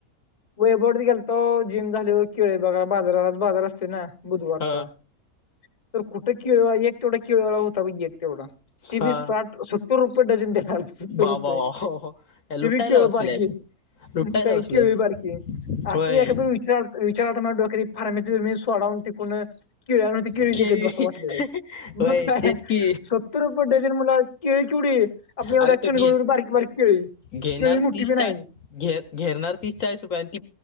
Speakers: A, on the left; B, on the left.
A: वैभव गेलतो जिम झाली केळी बघा बाजारालाच बाजार असते ना बुधवारचा
B: ह
A: तर कुठं केळी एक तेेवढा केळी वाला होता तेवढा ती बी
B: हा
A: साठ सत्तर रुपये डझन दयायला लागला रुपये
B: वा वा वा वा लुटायला
A: ती बी केळ
B: बसलेत
A: बारखी
B: लुटायला
A: मग काही
B: बसलेत
A: केळी बारखी असं
B: होय
A: एखाद विचार डोकरी फार्मेसी सोडाव टिकून केळी केळीच
B: केळी
A: विकत बसाव वाटलेल
B: होय
A: मग काय
B: तेच की
A: सत्तर रुपये डझन मला केळी केवढी आपल्या एवढ्या
B: अरे
A: कणगोळीवर
B: तो घे
A: बारीक बारीक केळी
B: घेणार
A: केळी मोठी
B: तीस
A: बी नाही.
B: चा घे घेरणार तीस चाळीस रुपय